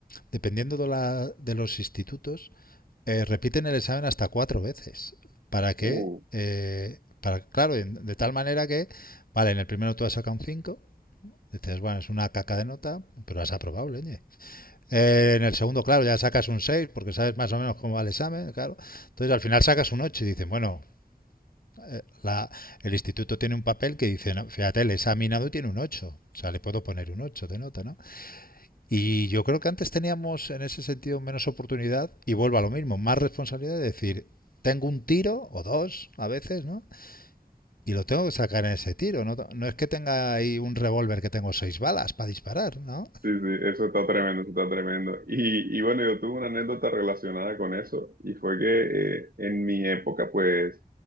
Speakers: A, on the left; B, on the right.
A: dependiendo de, la, de los institutos, eh, repiten el examen hasta cuatro veces. ¿Para qué?
B: Uh,
A: eh, para, claro, de tal manera que, vale, en el primero tú has sacado un 5, dices, bueno, es una caca de nota, pero has aprobado, leñe. Eh, en el segundo, claro, ya sacas un 6, porque sabes más o menos cómo va el examen, claro. Entonces al final sacas un 8 y dicen, bueno, eh, la, el instituto tiene un papel que dice, no, fíjate, el examinado tiene un 8, o sea, le puedo poner un 8 de nota, ¿no? Y yo creo que antes teníamos en ese sentido menos oportunidad y vuelvo a lo mismo, más responsabilidad de decir, tengo un tiro o dos a veces, ¿no? Y lo tengo que sacar en ese tiro, no, no es que tenga ahí un revólver que tengo seis balas para disparar, ¿no?
B: Sí, sí, eso está tremendo, eso está tremendo. Y, y bueno, yo tuve una anécdota relacionada con eso y fue que eh, en mi época, pues,